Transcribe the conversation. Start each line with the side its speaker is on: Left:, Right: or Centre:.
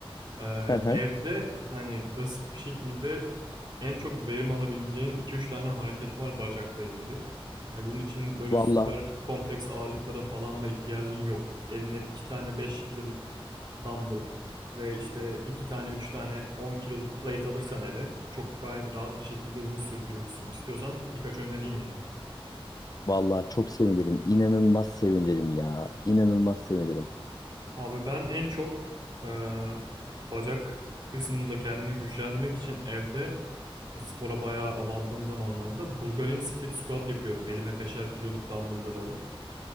Right: Ee,
Left: Hı hı.
Right: evde hani basit bir şekilde en çok verim alabileceğin iki üç tane hareket var bacakla ilgili. Ee, bunun için böyle
Left: Vallahi
Right: süper kompleks ağırlıklara falan da ihtiyacın yok. Eline 2 tane 5 kiloluk dumbbell ve işte 2 tane 3 tane 10 kiloluk plate alırsan eve çok gayet rahat bir şekilde bunu sürdürürsün. İstiyorsan birkaç önereyim yani.
Left: vallahi çok sevinirim. İnanılmaz sevinirim ya. İnanılmaz sevinirim.
Right: Abi ben en çok eee, bacak kısmında kendimi güçlendirmek için evde spora bayağı abandığım zamanlarda Bulgarian split squat yapıyordum. Elime beşer kiloluk dumbbellları alıp.